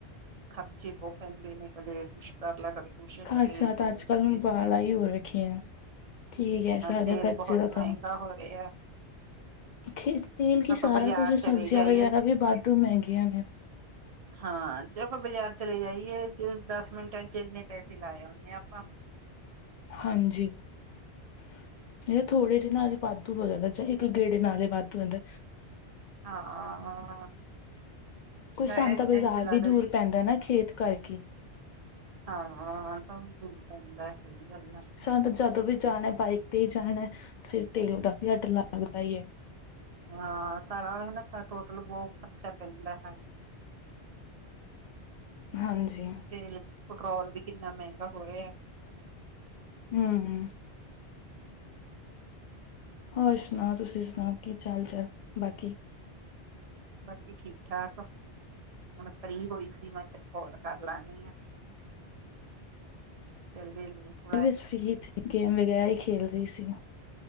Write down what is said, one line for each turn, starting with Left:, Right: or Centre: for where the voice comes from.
Right: ਖਰਚੇ ਬਹੁ ਪੈਂਦੇ ਨੇ ਕਦੇ ਕੁਛ ਕਰਲਾ ਕਦੇ ਕੁਛ
Left: ਖਰਚਾ
Right: ਕਦੇ ਜੋ
Left: ਤਾਂ ਅੱਜ ਕੱਲ੍ਹ
Right: ਵੀ
Left: ਹੁਣ ਬਾਲਾ ਈ ਹੋ ਰੱਖਿਆਂ ਠੀਕ ਐ ਸਾਰੇ
Right: ਤੇਲ
Left: ਖਰਚੇ
Right: ਬਹੁਤ
Left: ਦਾ
Right: ਮਹਿੰਗਾ
Left: ਤਾਂ।
Right: ਹਾਂ ਹੋ ਰਿਹਾ ਐ,
Left: ਖੇਤੀ ਕੀ ਸਾਰਾ
Right: ਬਾਜ਼ਾਰ
Left: ਕੁਝ ਸਬਜ਼ੀਆਂ
Right: ਚਲੇ ਜਾਈਏ
Left: ਵਗੈਰਾ ਵੀ ਵਾਧੂ ਮਹਿੰਗੀਆਂ ਨੇ,
Right: ਹਾਂ ਜੇ ਆਪਾਂ ਬਾਜ਼ਾਰ ਚਲੇ ਜਾਈਏ ਦਸ ਮਿੰਟਾਂ ਚ ਇੰਨੇ ਪੈਸੇ ਲਾ ਆਉਨੇ ਆ ਆਪਾਂ
Left: ਹਾਂਜੀ, ਇਹ ਤਾਂ ਥੋੜੇ ਜਿਹੇ ਨਾਲ ਹੀ ਵਾਧੂ ਹੋ ਜਾਂਦਾ ਚਾਹੇ ਇੱਕ ਗੇੜੇ ਨਾਲੇ ਵਾਧੂ ਹੁੰਦਾ।
Right: <inaudible>
Left: ਕੋਈ
Right: ਹਾਂ
Left: ਸਾਨੂੰ ਤਾ ਬਾਜ਼ਾਰ
Right: ਇੰਝ ਲੱਗਦਾ
Left: ਵੀ ਦੂਰ ਪੈਂਦਾ ਨਾ ਖੇਤ ਕਰਕੇ
Right: ਹਾਂ ਤਾਂ ਦੂਰ ਪੈਂਦਾ ਸਹੀ ਗੱਲ ਐ।
Left: ਸਾਨੂੰ ਤਾ ਜਦੋਂ ਵੀ ਜਾਣਾ ਬਾਈਕ ਤੇ ਈ ਜਾਣਾ, ਫੇਰ ਤੇਲੋਂ ਦਾ ਵੀ ਸਾਡਾ ਲੱਗਦਾ ਈ ਐ।
Right: ਹਾਂ ਸਾਰਾ ਨਾ ਟੋਟਲ ਬਹੁਤ ਖਰਚਾ ਪੈਂਦਾ ਐ।
Left: ਹਾਂਜੀ,
Right: ਤੇਲ ਪੈਟਰੋਲ ਵੀ ਕਿੰਨਾ ਮਹਿੰਗਾ ਹੋ ਰਿਆ।
Left: ਹਮ
Right: ਹੂੰ,
Left: ਹੋਰ ਸੁਣਾਓ? ਤੁਸੀਂ ਸੁਣਾਓ? ਕੀ ਚਾਲ ਚਾਲ ਬਾਕੀ
Right: ਬਾਕੀ ਠੀਕ ਠਾਕ, ਹੁਣ ਫ੍ਰੀ ਹੋਈ ਸੀ ਮੈਂ ਚਲ ਕਾਲ ਕਰ ਲੈਂਨੀ ਆ। ਚਲ ਬਿਲਕੁਲ
Left: ਮ ਬਸ ਫ੍ਰੀ ਗੇਮ ਵਗੈਰਾ ਈ ਖੇਲ ਰੀ ਸੀ।